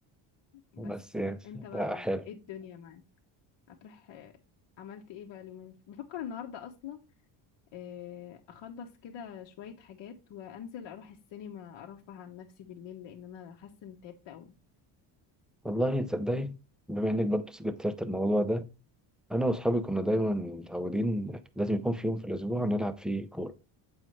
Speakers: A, on the left; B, in the centre.
A: بس
B: بس يعني
A: انت
B: ده
A: بقى
B: حلو
A: ايه الدنيا معاك هتروح آه، عملت ايه بقى اليومين اللي- بفكر النهارده اصلا آه، اخلص كده شوية حاجات وانزل اروح السينما ارفه عن نفسي بالليل لان انا حاسة اني تعبت قوي
B: والله تصدقي بما انك برضه جبت سيرة الموضوع ده انا واصحابي كنا دايما متعودين لازم يكون في يوم في الاسبوع نلعب فيه كوره